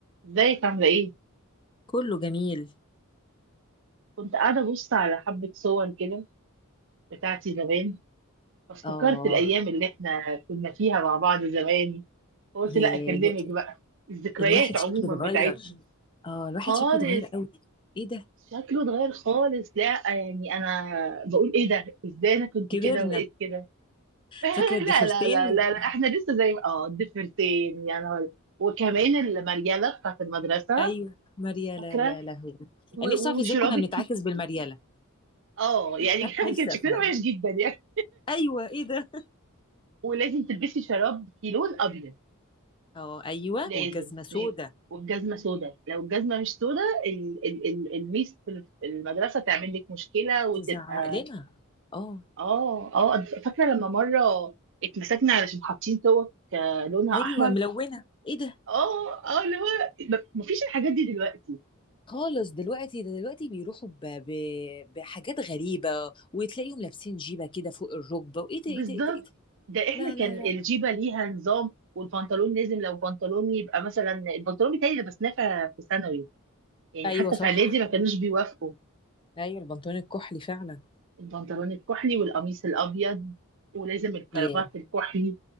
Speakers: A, on the right (about 60°); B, on the left (about 25°).
A: ازيك عاملة ايه؟
B: كله جميل
A: كنت قاعدة أبص على حبة صور كده بتاعتي زمان فافتكرت
B: اه
A: الأيام اللي احنا كنا فيها مع بعض زمان فقلت
B: يا
A: لا أكلمك
B: الو...
A: بقى الذكريات
B: الواحد
A: عموما
B: شكله اتغير
A: بتاعتنا
B: اه الواحد
A: خالص
B: شكله اتغير قوي ايه ده
A: شكله اتغير خالص لا يعني أنا بقول ايه ده؟ ازاي أنا كنت
B: كبرنا
A: كده وبقيت كده؟ <laughs>
B: فاكره الضفيرتين
A: لا لا لا لا لا احنا لسه زي ما- اه الضفيرتين يعني هول. وكمان المريالة بتاعت المدرسة
B: ايوه مريالة
A: فاكرة
B: يا لهوي
A: و-
B: انا نفسي
A: و-
B: اعرف
A: وشراب
B: ازاي كنا بنتعاكس
A: الكي
B: بالمريالة
A: اه يعني
B: أنا
A: <laughs>
B: نفسي
A: كان شكلنا
B: افهم
A: وحش جدا يعني.
B: ايوه ايه ده
A: ولازم تلبسي شراب لون ابيض
B: اه ايوه
A: لازم
B: والجزمه سودا
A: والجزمه سوداء لو الجزمه مش سوداء ال ال ال الميس في الف- المدرسه تعمل لك مشكله وتبقى
B: تزعق لنا اه
A: اه اه أنا فاكره لما مره اتمسكنا علشان حاطين توك آه، لونها
B: ايوه
A: احمر
B: ملونه ايه ده
A: اه اه اللي هو ب- مفيش الحاجات دي دلوقتي
B: خالص دلوقتي ده دلوقتي بيروحوا ب... ب... بحاجات غريبه وتلاقيهم لابسين جيبه كده فوق الركبه وايه ده
A: بالظبط
B: ايه ده ايه ده إيه ده؟
A: ده احنا
B: لا
A: كان
B: لا لا
A: الجيبه ليها نظام والبنطلون لازم لو بنطلون يبقى مثلا البنطلون بتاعي لبسناه في في ثانوي يعني
B: ايوه
A: حتى
B: صح
A: في اعدادي ما كانوش بيوافقوا
B: ايوه البنطلون الكحلي فعلا
A: البنطلون الكحلي والقميص الابيض ولازم الكرافات
B: ياه
A: الكحلي